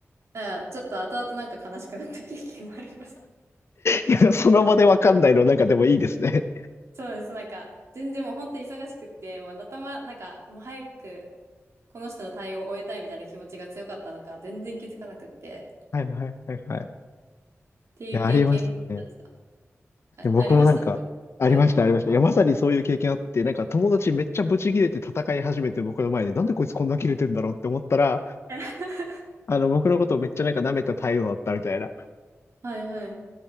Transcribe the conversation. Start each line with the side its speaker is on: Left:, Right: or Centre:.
Right: だからちょっと後々なんか悲しくなった経験もありました。
Left: いや、その場でわかんないの、なんかでもいいですね。
Right: そうです。なんか、全然もう本当に忙しくって、まあ、頭、なんか、もう早く、この人の対応を終えたいみたいな気持ちが強かったのか、全然気づかなくって、っ
Left: はい、はい、はい、はい。
Right: ていう経験を思い出した。
Left: いや、ありますね。
Right: あ、
Left: 僕もなんか、
Right: ありました
Left: ありました、
Right: はい。
Left: ありました。いや、まさにそういう経験あって、なんか友達めっちゃブチ切れて戦い始めて僕の前で、なんでこいつこんな切れてんだろうって思ったら、
Right: <laughs>
Left: あの、僕のことをめっちゃなんか舐めた態度だったみたいな
Right: はいはい。